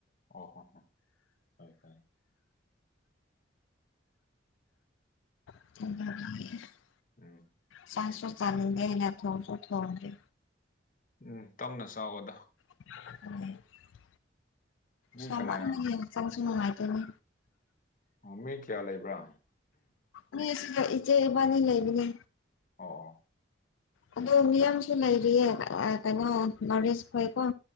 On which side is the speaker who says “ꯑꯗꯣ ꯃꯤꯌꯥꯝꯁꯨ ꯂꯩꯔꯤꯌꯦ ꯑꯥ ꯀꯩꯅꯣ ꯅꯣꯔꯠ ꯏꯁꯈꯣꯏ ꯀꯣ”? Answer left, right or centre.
Left